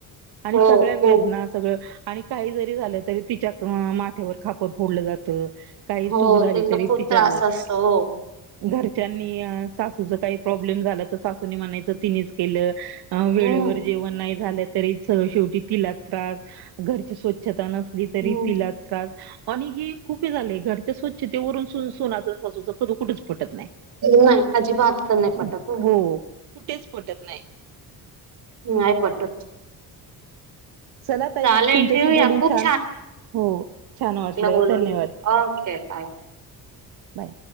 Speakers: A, on the right (about 80°); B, on the right (about 50°).
A: आणि
B: हो
A: सगळ्यांना
B: खूप
A: सगळं आणि काही जरी झालं तरी तिच्या अ माथ्यावर खापर फोडलं जात काही चूक
B: हो
A: झाली
B: तिला
A: तरी
B: खूप
A: तिच्यावर
B: त्रास असतो हो
A: घरच्यांनी सासूच काही प्रॉब्लेम झाला तर सासूनी म्हणायचं तिनेच केलं. अ वेळेवर
B: हम्म.
A: जेवण नाही झालं तरी स शेवटी तिला त्रास घरची स्वच्छता नसली तरी
B: हम्म.
A: तिला त्रास आणि हे खूप झाले. घरच्या स्वच्छते ववरून सोनाचा सासूचा कधू कुठेच पटत नाही.
B: नाही अजिबात तर नाही
A: हो
B: पटत
A: कुठेच पटत नाही.
B: नाही पटत.
A: चला ताई
B: चालेल
A: तुमच्याशी
B: ठेवूया
A: बोलून
B: खूप
A: छान हो छान वाटलं
B: बोलून.
A: धन्यवाद,
B: ओके बाय.
A: बाय.